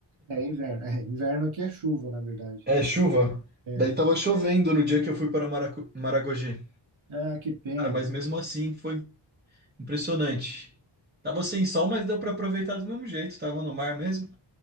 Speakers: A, on the right; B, on the right.
A: É inverno. É, inverno aqui é chuva, na verdade.
B: É chuva.
A: É.
B: Daí tava chovendo no dia que eu fui para Maracu- Maragogi.
A: Ah, que pena.
B: Cara, mas mesmo assim foi impressionante. Tava sem sol, mas deu para aproveitar do mesmo jeito. Tava no mar mesmo.